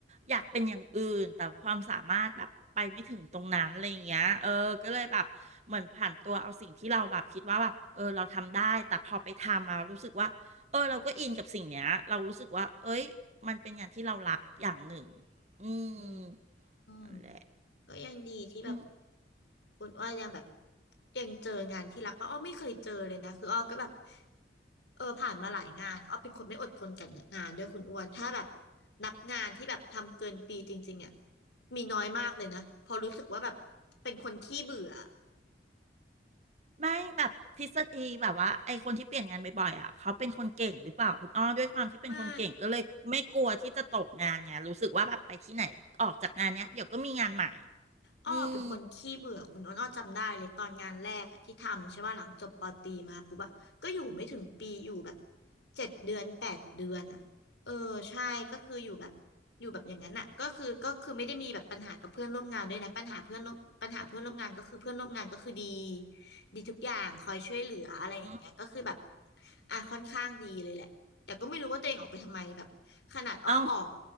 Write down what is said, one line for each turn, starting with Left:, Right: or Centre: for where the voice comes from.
Right: อยากเป็นอย่างอื่นแต่ความสามารถแบบไปไม่ถึงตรงนั้นอะไรอย่างเงี้ยเออก็เลยแบบเหมือนผ่านตัวเอาสิ่งที่เราแบบคิดว่าแบบเออเราทำได้แต่พอไปทำมารู้สึกว่าเออเราก็อินกับสิ่งเนี้ยเรารู้สึกว่าเอ้ยมันเป็นงานที่เรารักอย่างหนึ่งอื
Left: อื
Right: มนั่นแหละ
Left: มก็ยังดีที่แบบ
Right: อืม
Left: คุณอ้อยยังแบบยังเจองานที่รักป่ะอ้อไม่เคยเจอเลยนะคืออ้อก็แบบเออผ่านมาหลายงานอ้อเป็นคนไม่อดทนกับงานด้วยคุณอ้วนถ้าแบบนับงานที่แบบทำเกินปีจริงๆอ่ะมีน้อยมากเลยนะเพอราะรู้สึกว่าแบบเป็นคนขี้เบื่อ
Right: ไม่แบบทฤษฎีแบบว่าไอคนที่เปลี่ยนงานบ่อยๆอ่ะเขาเป็นคนเก่งหรือเปล่าคุณอ้อด้วยความที่เป็นคนเก่งก็เลยไม่กลัวที่จะตกงานไงรู้สึกว่าแบบไปที่ไหนออกจากงานเนี้ยเดี๋ยวก็มีงานใหม่
Left: ไม่ อ้อเป็นคนขี้เบื่อคุณอ้นอ้อจำได้เลยตอนงานแรกอะที่ทำใช่ป่ะหลังจบปอตรีมาปุ๊บอะก็อยู่ไม่ถึงปีอยู่แบบ
Right: อืม
Left: เจ็ดเดือนแปดเดือนอะเออใช่ก็คืออยู่แบบอยู่แบบอย่างนั้นอะก็คือก็คือไม่ได้มีแบบปัญหากับเพื่อนร่วมงานด้วยนะปัญหาเพื่อนร่วมปัญหาเพื่อนร่วมงานก็คือเพื่อนร่วมงานก็คือดีดีทุกอย่างคอยช่วยเหลืออะไรอย่างเงี้ยก็คือแบบ
Right: อืม
Left: อ่ะค่อนข้างดีเลยแหละแต่ก็ไม่รู้ว่าตัวเองออกไปทำไมแบบขนาดอ้อออก
Right: เอ้า